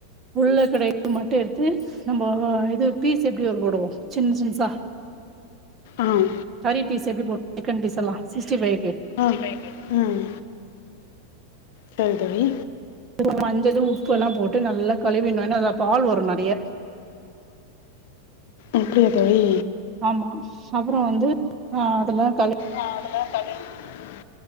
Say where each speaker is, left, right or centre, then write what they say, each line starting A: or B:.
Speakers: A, on the right (about 25°); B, on the left (about 50°).
A: உள்ள கடைரது மட்டு எடுத்து நம்போ இது பீஸ் எப்டி வ போடுவோ சின்ன சின்னசா
B: உம்
A: கறி பீஸ் எப்டி போடுவோ சிக்கன் பீஸ்ல்லா சிக்ஸ்டிஃபைக்கு
B: ஆஹ் ம் சரி தோழி
A: இது மஞ்சலு உப்புல்லா போட்டு நல்லா கழுவி ஏனா அதுல பால் வரு நெறைய
B: அப்டியா தோழி
A: ஆமா அப்புறோ வந்து ஆ அதுல கழு
B: ஆ அதுலதா கழுவி ஊத்தனு